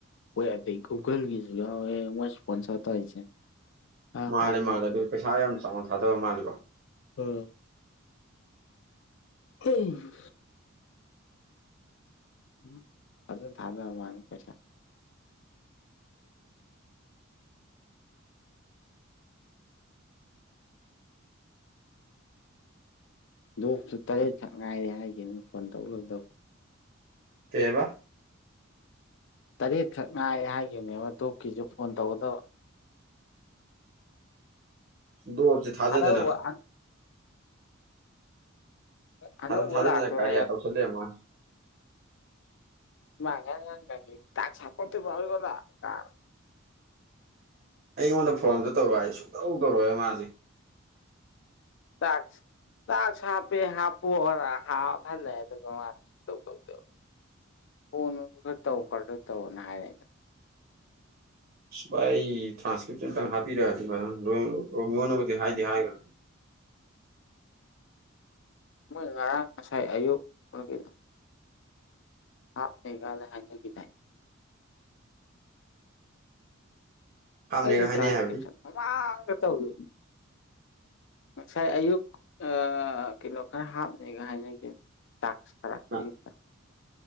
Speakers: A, on the left; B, on the right.
A: ꯍꯣꯏ ꯑꯗꯒꯤ ꯒꯨꯒꯜꯒꯤꯁꯨ ꯌꯥꯎꯋꯦ ꯃꯣꯏ ꯏꯁꯄꯣꯟꯁꯔ ꯇꯧꯔꯤꯁꯦ ꯑꯥ
B: ꯃꯥꯜꯂꯦ ꯃꯥꯜꯂꯦ ꯑꯗꯨ ꯄꯩꯁꯥ ꯌꯥꯝ ꯆꯥꯎꯅ ꯊꯥꯗꯕ ꯃꯥꯜꯂꯤꯀꯣ
A: ꯎꯝ ꯎꯝ ꯑꯁ ꯎꯝ ꯐꯖꯅ ꯊꯥꯗ ꯃꯥꯜꯂꯦ ꯄꯩꯁꯥ ꯗꯣꯛꯁꯨ ꯇꯔꯦꯠ ꯁꯛ ꯉꯥꯏꯔꯦ ꯍꯥꯏꯈꯤꯕꯅꯦ ꯐꯣꯟ ꯇꯧ ꯂꯣꯏꯗꯧꯕ
B: ꯀꯩꯕ
A: ꯇꯔꯦꯠꯈꯛ ꯉꯥꯏꯔꯦ ꯍꯥꯏꯈꯤꯕꯅꯦꯕ ꯗꯣꯛꯀꯤꯁꯨ ꯐꯣꯟ ꯇꯧꯒꯗꯕ
B: ꯗꯣꯛꯁꯤ ꯊꯥꯖꯗꯅ
A: ꯑꯅꯧꯕ ꯑꯅꯧꯕ
B: ꯃꯥꯁꯨ ꯊꯥꯖꯗꯅ
A: ꯂꯥꯛꯇꯣꯔꯦ
B: ꯀꯥꯔꯌꯥ ꯇꯧꯁꯜꯂ ꯂꯩ ꯔꯝꯕꯩ ꯋꯥꯅꯤ
A: ꯃꯥ ꯉꯔꯪ ꯉꯔꯪ ꯉꯪꯈꯤꯕꯅꯦ ꯇꯥꯛꯁ ꯍꯥꯞꯄꯛꯇꯔꯤꯕ ꯑꯗꯨ ꯑꯗꯥ ꯀꯥꯏꯅ
B: ꯑꯩꯉꯣꯟꯗ ꯐꯣꯟꯗ ꯇꯧꯔꯛꯑꯣ ꯍꯥꯏꯕꯁꯦ ꯁꯨꯡꯇꯧ ꯇꯧꯔꯛꯑꯣꯢ ꯃꯥꯁꯦ
A: ꯇꯥꯛꯁ ꯇꯥꯛꯁ ꯍꯥꯞꯄꯦ ꯍꯥꯞꯄꯣꯅ ꯍꯥꯞꯍꯜꯂꯩ ꯑꯗꯨꯒ ꯃꯥꯅ ꯁꯨꯡ ꯇꯧ ꯇꯧꯔꯛꯇꯕ ꯐꯣꯟ ꯅꯨꯡ ꯈꯔ ꯇꯧ ꯈꯣꯠꯂꯣ ꯍꯥꯢꯔꯦ
B: ꯚꯥꯏ ꯑꯩ ꯇ꯭ꯔꯥꯟꯁꯀ꯭ꯔꯤꯞꯁꯟ ꯑꯝꯇꯪ ꯍꯥꯞꯄꯤꯔꯛꯑꯗꯤ ꯔꯣꯃꯤꯌꯣꯅꯕꯨꯗꯤ ꯍꯥꯏꯗꯤ ꯍꯥꯏꯈ꯭ꯔꯕꯅꯦ <inaudible>
A: ꯃꯣꯏ ꯉꯔꯥꯡ ꯉꯁꯥꯏ ꯑꯌꯨꯛ ꯀꯒꯤꯅ ꯍꯥꯞꯅꯦꯒꯗꯤ ꯍꯥꯏꯅꯈꯤꯗꯥꯏ
B: ꯍꯥꯞꯅꯦꯒ
A: ꯑꯩꯗꯤ
B: ꯍꯥꯏꯅꯩ
A: ꯇ꯭ꯔꯥꯟꯁꯀꯔꯤꯞꯁꯟ
B: ꯍꯥꯏꯕꯗꯤ
A: ꯃꯃꯥꯡꯗ ꯇꯧꯒꯔꯃꯦ ꯉꯁꯥꯏ ꯑꯌꯨꯛ ꯑ ꯀꯩꯅꯣ ꯈꯔ ꯍꯥꯞꯅꯤꯒ ꯍꯥꯏꯅꯈꯤꯕꯅꯦ ꯇꯥꯛꯁ ꯈꯔ
B: ꯅ-
A: ꯑꯌꯨꯛꯇ